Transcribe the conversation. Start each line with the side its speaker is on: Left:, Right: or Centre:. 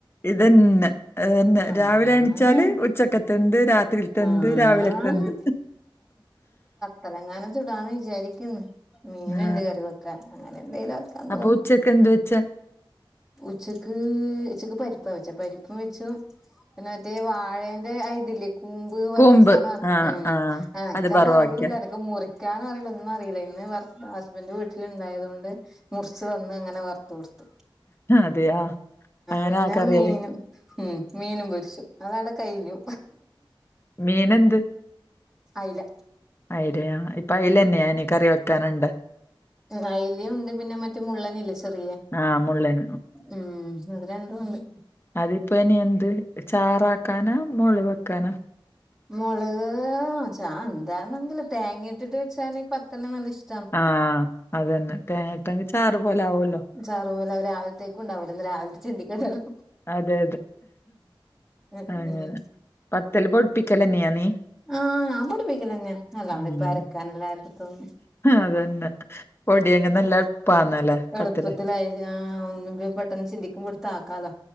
Left: ഇതന്നെ ഇതന്നെ
Centre: ആന്ന്
Left: രാവിലെ എണിച്ചാല് ഉച്ച- ക്കത്തെന്ത് രാത്രി ത്തെന്ത്
Centre: ആന്ന്
Left: രാവിലെ ത്തെന്ത്
Centre: തെലങ്കാന ചൂടാന്ന് വിചാരിക്കുന്നു മീനണ്ട്
Left: ആ
Centre: കറി വെക്കാൻ അങ്ങനെ എന്തേലോ ആക ന്താ
Left: അപ്പൊ
Centre: തോന്നുന്നു
Left: ഉച്ചക്ക് എന്ത് വെച്ച
Centre: ഉച്ചക്ക് ഉച്ചക്ക് പരിപ്പാ വെച്ച പരിപ്പും വെച്ച പി മറ്റേ വാഴ- ന്റെ തില്ലേ കൂമ്പ് പറണ
Left: കൂമ്പ്
Centre: സാധന
Left: ആ
Centre: ഉ
Left: ആ
Centre: ആനക്ക്ത്
Left: അത് ബറവാക്കിയ
Centre: അറിയൂല്ല മുറിക്കാനും അറിയില്ല ഒന്നും അറിയില്ല ഇന്ന് വ ഹസ്ബൻഡ് വീട്ടില ണ്ടായത കൊണ്ട് മുറിച്ചു ത ങ്ങനെ വറത്ത കൊടുത്ത
Left: അതെയാ അങ്ങനെ
Centre: പിന്നെ
Left: ആ കറിയായി
Centre: മീനും ഉം മീനും പൊരിച്ചു അത അവിടെ കഴിഞ്ഞു
Left: മീനെന്ത്?
Centre: അയ്‌ല
Left: അയിലയ ഇപ്പൊ അയിലന്നെയാനികറി വെക്കാനുണ്ട്
Centre: അയ്ലിംഉണ്ട് പിന്നെ മറ്റേ മുള്ളനില്ലെ ചെറിയ
Left: ആഹ് മുള്ളൻ
Centre: ഉം അത്‌ രണ്ടുണ്ട്
Left: അതിപ്പോ ഇനി എന്ത് ചാറാക്കാനാ മുള വെക്കാനോ
Centre: മുളക് ചാ എന്താന്നങ്കില് തേങ്ങ ഇട്ടിട്ട് വെച്ചാല് പത്തെല്ലാം നല്ല ഇഷ്-
Left: ആഹ് അതന്നെ തേങ്ങട്ടെങ്കിൽ ചാറു പോലെ ആവുല്ലോ
Centre: ചാറു പോലെ അവ രാവിലത്തേക്കു ണ്ടാവലോന്ന് രാവിലത്തെ ചിന്തി ക്കണ്ടല്ലോ
Left: അതെ
Centre: ഉം
Left: അതെ പത്തല് പൊടുപ്പിക്കലെന്നെയാന്നീ
Centre: ആഹ് ഞാൻ പൊടിപ്പിക്കലെന്നാ അല്ലാണ്ട്
Left: ഉം
Centre: ഇപ്പ അരക്കാൻ എല്ലരത്ക്കും
Left: അതന്നെ പൊടിയെങ്കി നല്ല എളുപ്പാന്നല്ലേ
Centre: എളുപ്പത്തിലായി
Left: പത്തല്
Centre: ഒന്നും പെട്ടെന്ന് ചിന്തിക്കുമ്പെടുത്ത് ആക്കാലോ